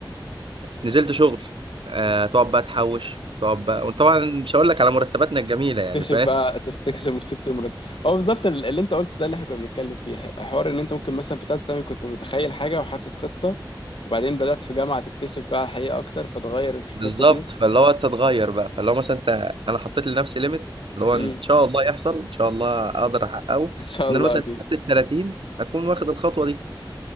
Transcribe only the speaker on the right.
نزلت شغل آه تقعد بقى تحوش تقعد بقى وطبعا مش هقول لك على مرتباتنا الجميلة يعني
فاهم
بالظبط
فاللي هو انت تغير بقى فاللي هو مثلا انت انا حطيت لنفسي ليميت اللي هو
ان شاء الله يحصل ان شاء الله اقدر احققه
ان انا مثلا
قبل ال 30 اكون واخد الخطوة دي